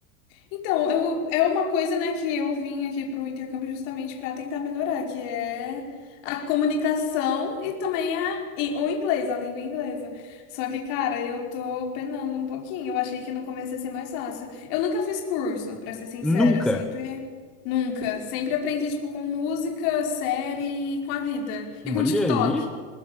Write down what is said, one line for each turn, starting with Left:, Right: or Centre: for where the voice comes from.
Left: Então, eu, é uma coisa, né, que eu vim aqui pro intercâmbio justamente para tentar melhorar, que é a comunicação e também a, e o inglês, a língua inglesa. Só que, cara, eu tô penando um pouquinho. Eu achei que no começo ia ser mais fácil. Eu nunca fiz curso, pra ser sincera,
Centre: Nunca.
Left: sempre nunca, sempre aprendi tipo com música, série, e com a vida e
Centre: Olha
Left: com TikTok.
Centre: aí,